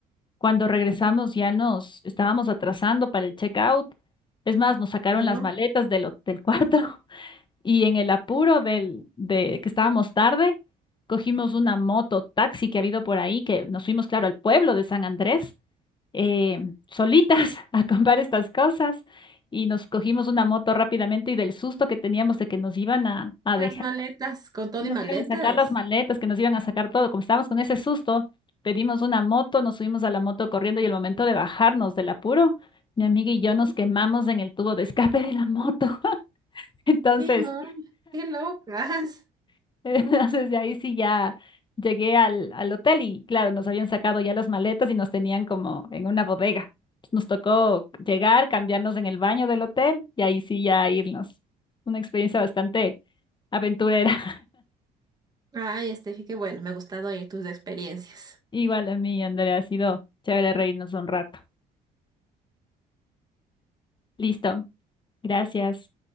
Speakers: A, on the left; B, on the right.
A: cuando regresamos ya nos estábamos atrasando para el checkout. Es más, nos sacaron
B: Pero
A: las maletas del, ho- del cuarto <laughs> y en el apuro del, de que estábamos tarde, cogimos una moto taxi que ha habido por ahí, que nos fuimos, claro, al pueblo de San Andrés eh, solitas <laughs> a comprar estas cosas y nos cogimos una moto rápidamente y del susto que teníamos de que nos iban a, a
B: las
A: dejar,
B: maletas, con todo
A: que
B: y
A: nos
B: maletas.
A: iban a sacar las maletas, que nos iban a sacar todo, como estábamos con ese susto, pedimos una moto, nos subimos a la moto corriendo y el momento de bajarnos del apuro, mi amiga y yo nos quemamos en el tubo de escape de la moto. <laughs> Entonces,
B: Qué mon, qué locas.
A: <laughs> Entonces, de ahí sí ya llegué al, al hotel y claro, nos habían sacado ya las maletas y nos tenían como en una bodega. Nos tocó llegar, cambiarnos en el baño del hotel y ahí sí ya irnos. Una experiencia bastante aventurera.
B: Ay, Estefi, qué bueno, me ha gustado oír tus experiencias.
A: <laughs> Igual a mí, Andrea, ha sido chévere reírnos un rato. Listo. Gracias.